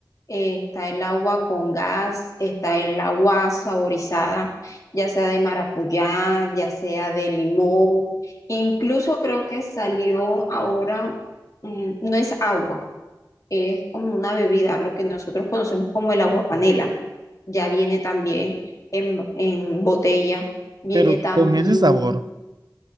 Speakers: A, on the left (about 50°); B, on the right (about 70°).
A: eh, está el agua con gas, está el agua saborizada, ya sea de maracuyá, ya sea de limón. Incluso creo que salió ahora, mm, no es agua, es como una bebida, lo que nosotros conocemos como el agua panela. Ya viene también en, en botella, viene
B: pero
A: también,
B: con ese sabor.